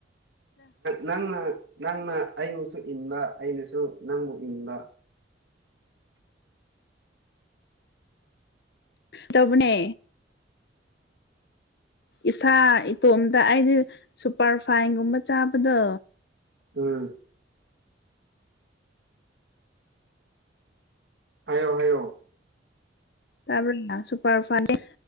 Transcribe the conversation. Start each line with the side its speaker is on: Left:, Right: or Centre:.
Right: ꯅꯪꯅ ꯅꯪꯅ ꯑꯩꯕꯨꯁꯨ ꯏꯟꯕ ꯑꯩꯅꯁꯨ ꯅꯪꯕꯨ ꯏꯟꯕ꯫
Left: ꯇꯧꯕꯅꯦ꯫ ꯏꯁꯥ ꯏꯇꯣꯝꯇ ꯑꯩꯗꯤ ꯁꯨꯄꯔ ꯐꯥꯏꯟꯒꯨꯝꯕ ꯆꯥꯕꯗꯣ꯫
Right: ꯎꯝ꯫ ꯍꯥꯏꯌꯣ ꯍꯥꯏꯌꯣ꯫
Left: ꯇꯥꯕꯔꯣ ꯗꯗꯥ ꯁꯨꯄꯔ ꯐꯥꯏꯟꯁꯦ